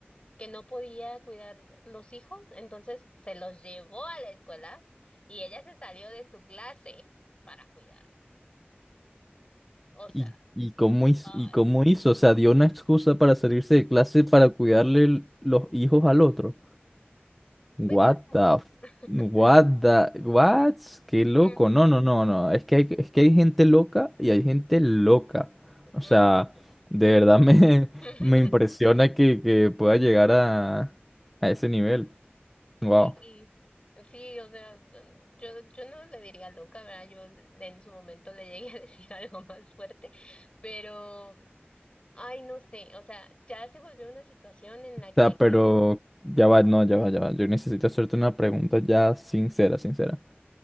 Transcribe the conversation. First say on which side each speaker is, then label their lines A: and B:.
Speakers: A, on the left (about 25°); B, in the centre.
A: que no podía cuidar los hijos, entonces se los llevó a la escuela y ella se salió de su clase para cuidarlos. O sea.
B: ¿Y, y cómo hizo,
A: Ay,
B: y cómo hizo? O sea, dio una excusa para salirse de clase para cuidarle l- los hijos al otro. What
A: Ve tú a saber.
B: the f-
A: <laughs>
B: What the... What? Qué loco.
A: mm,
B: No, no, no, no. Es que hay, es que hay gente loca y hay gente loca. O
A: mm,
B: sea, de
A: ujú.
B: verdad me, <laughs>
A: <laughs>
B: me impresiona que, que pueda llegar a, a ese nivel. Wow.
A: Sí, sí, o sea, mm, yo, yo no le diría loca, ¿verdad? Yo le- en su momento le llegué a decir <laughs> algo más fuerte, pero, ay, no sé, o sea, ya se volvió una situación en
B: O
A: la que,
B: sea, pero ya va, no, ya va, ya va. Yo necesito hacerte una pregunta ya sincera, sincera.